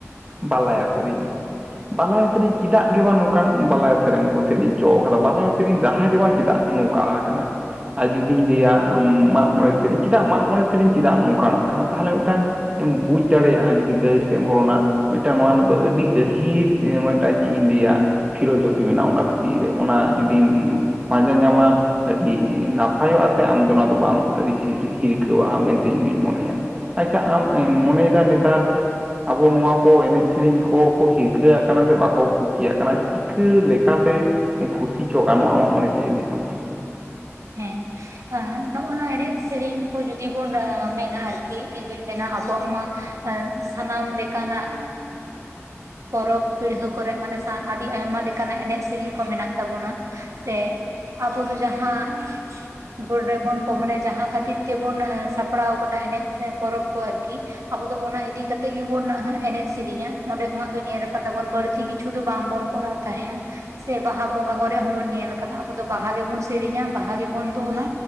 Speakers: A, on the right; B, on the right.
A: ᱵᱟᱞᱟᱭᱟ ᱥᱮᱨᱮᱧ ᱵᱟᱞᱟᱭᱟ ᱥᱮᱨᱮᱧ ᱪᱮᱫᱟᱜ ᱜᱮ ᱵᱟᱝ ᱱᱚᱝᱠᱟᱱ ᱵᱟᱞᱟᱭ ᱥᱮᱨᱮᱧ ᱠᱚ ᱥᱮᱨᱮᱧ ᱚᱪᱚ ᱠᱟᱫᱟ ᱵᱟᱞᱟᱭ ᱥᱮᱨᱮᱧ ᱨᱟᱦᱟ ᱜᱮ ᱵᱟᱝ ᱪᱮᱫᱟᱜ? ᱱᱚᱝᱠᱟ ᱟᱠᱟᱱᱟ ᱟᱨ ᱡᱩᱫᱤᱧ ᱞᱟᱹᱭᱟ ᱢᱟᱜ ᱢᱚᱬᱮ ᱥᱤᱨᱤᱧ᱾ ᱪᱮᱫᱟᱜ ᱢᱟᱜ ᱢᱚᱬᱮ ᱥᱤᱨᱤᱧ ᱪᱮᱫᱟᱜ ᱱᱚᱝᱠᱟᱱᱟᱜ ᱠᱟᱱᱟ? ᱛᱟᱦᱞᱮ ᱢᱤᱫᱴᱟᱝ ᱮᱢ ᱵᱩᱡᱽ ᱫᱟᱲᱮᱭᱟᱜ-ᱟ ᱡᱩᱫᱤ ᱜᱟᱹᱦᱤᱨ ᱥᱮᱫ ᱮᱢ ᱵᱚᱞᱚᱱᱟ᱾ ᱢᱤᱫᱴᱟᱝ ᱱᱚᱣᱟ ᱨᱮᱱᱟᱜ ᱫᱚ ᱟᱹᱰᱤ ᱜᱟᱹᱦᱤᱨ ᱢᱤᱫᱴᱟᱝ ᱪᱮᱫ ᱤᱧ ᱞᱟᱹᱭᱟ ᱯᱷᱤᱞᱳᱚᱡᱚᱯᱷᱤ ᱢᱮᱱᱟᱜᱼᱟ ᱚᱱᱟ ᱵᱷᱤᱛᱤᱨ ᱨᱮ ᱚᱱᱟ ᱡᱩᱫᱤᱢ ᱯᱟᱸᱡᱟ ᱧᱟᱢᱟ ᱟᱹᱰᱤ ᱱᱟᱯ ᱯᱟᱭᱚᱜ-ᱟ ᱥᱮ ᱟᱢᱫᱚ ᱚᱱᱟ ᱫᱚ ᱵᱟᱢ ᱟᱹᱲᱤᱥ ᱦᱤᱨᱠᱷᱟᱹᱣᱟᱜ-ᱟ ᱢᱮᱱᱛᱮ ᱤᱧ ᱫᱩᱧ ᱢᱚᱱᱮᱭᱟ᱾ ᱟᱪᱪᱷᱟ ᱟᱢ ᱮᱸ ᱢᱚᱱᱮᱭᱮᱫᱟ ᱱᱮᱛᱟᱨ ᱟᱵᱚ ᱱᱚᱣᱟ ᱠᱚ ᱮᱱᱮᱡ ᱥᱮᱨᱮᱧ ᱠᱚᱠᱚ ᱦᱤᱨᱠᱷᱟᱹᱣᱟᱜ ᱠᱟᱱᱟ ᱥᱮ ᱵᱟᱠᱚ ᱠᱩᱥᱤᱭᱟᱜ ᱠᱟᱱᱟ ᱪᱤᱠᱟᱹ ᱞᱮᱠᱟᱛᱮ ᱠᱩᱥᱤ ᱪᱚ ᱜᱟᱱᱚᱜ-ᱟ ᱟᱢᱟᱜ ᱢᱚᱱᱮ ᱪᱮᱫ ᱞᱟᱹᱭ ᱛᱟᱢᱟ?
B: ᱦᱮᱸ ᱦᱮᱸ ᱱᱚᱜ-ᱚ ᱱᱚᱣᱟ ᱮᱱᱮᱡ ᱥᱮᱨᱮᱧ ᱠᱚ ᱡᱩᱫᱤ ᱵᱚᱱ ᱢᱮᱱᱟ ᱟᱨᱠᱤ ᱤᱧ ᱫᱩᱧ ᱢᱮᱱᱟ ᱟᱵᱚᱣᱟᱜ ᱢᱟ᱾ ᱮᱸᱜ ᱥᱟᱱᱟᱢ ᱞᱮᱠᱟᱱᱟᱜ ᱯᱚᱨᱚᱵᱽ ᱯᱤᱲᱦᱟᱹ ᱠᱚᱨᱮᱜ ᱢᱟᱱᱮ ᱥᱟ ᱟᱹᱰᱤ ᱟᱭᱢᱟ ᱞᱮᱠᱟᱱᱟᱜ ᱮᱱᱮᱡ ᱥᱮᱨᱮᱧ ᱠᱚ ᱢᱮᱱᱟᱜ ᱛᱟᱵᱚᱱᱟ᱾ ᱥᱮ ᱟᱵᱚ ᱫᱚ ᱡᱟᱦᱟᱸ ᱵᱳᱲ ᱨᱮᱵᱚᱱ ᱛᱚ ᱢᱟᱱᱮ ᱡᱟᱦᱟᱸ ᱠᱷᱟᱹᱛᱤᱨ ᱛᱮ ᱵᱚᱱ ᱥᱟᱯᱲᱟᱣ ᱠᱟᱫᱟ ᱮᱱᱮᱡ ᱥᱮ ᱯᱚᱨᱚᱵ ᱠᱚ ᱟᱨᱠᱤ ᱟᱵᱚ ᱫᱚ ᱚᱱᱟ ᱤᱫᱤ ᱠᱟᱛᱮᱜ ᱜᱮ ᱵᱚᱱ ᱮᱱᱮᱡ ᱥᱮᱨᱮᱧᱟ ᱚᱸᱰᱮ ᱠᱷᱚᱱᱟᱜ ᱫᱚ ᱧᱮᱞ ᱟᱠᱟᱫᱟ ᱵᱚᱱ ᱵᱟᱹᱲᱛᱤ ᱠᱤᱪᱷᱩ ᱫᱚ ᱵᱟᱝᱵᱚᱱ ᱠᱚᱨᱟᱣ᱾ ᱛᱟᱦᱮᱸᱜ-ᱟ ᱥᱮ ᱵᱟᱦᱟ ᱵᱚᱸᱜᱟ ᱠᱚᱨᱮ ᱦᱚᱸᱵᱚᱱ ᱧᱮᱞ ᱟᱠᱟᱫᱟ ᱟᱵᱚ ᱫᱚ ᱵᱟᱦᱟ ᱜᱮ ᱵᱚᱱ ᱥᱮᱨᱮᱧᱟ᱾ ᱵᱟᱦᱟ ᱜᱮ ᱵᱚᱱ ᱫᱚᱱᱟ